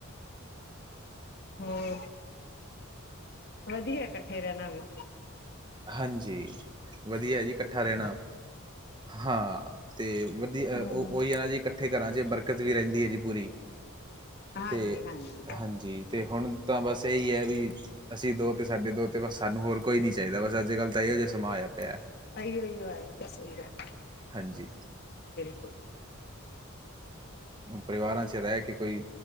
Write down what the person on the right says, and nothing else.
ਹਾਂਜੀ ਵਧੀਆ ਜੀ ਇਕੱਠਾ ਰਹਿਣਾ ਹਾਂ ਤੇ ਵਧੀਆ
ਉਹੀ ਹੈ ਨਾ ਜੀ ਇਕ ਇਕੱਠੇ ਘਰਾਂ 'ਚ ਬਰਕਤ ਵੀ ਰਹਿੰਦੀ ਹੈ ਜੀ ਪੂਰੀ
ਤੇ
ਹਾਂਜੀ ਤੇ ਹੁਣ ਤਾਂ ਬਸ ਇਹੀ ਹੈ ਵੀ ਅਸੀਂ ਦੋ ਤੇ ਸਾਡੇ ਦੋ ਤੇ ਬਸ ਸਾਨੂੰ ਹੋਰ ਕੋਈ ਨੀ ਚਾਹੀਦਾ ਬਸ ਅੱਜ ਕੱਲ੍ਹ ਤਾਂ ਇਹੋ ਜਿਹਾ ਸਮਾ ਆਇਆ ਪਿਆ
ਹਾਂਜੀ।
ਪਰਿਵਾਰਾਂ ਚ ਰਹਿ ਕੇ ਕੋਈ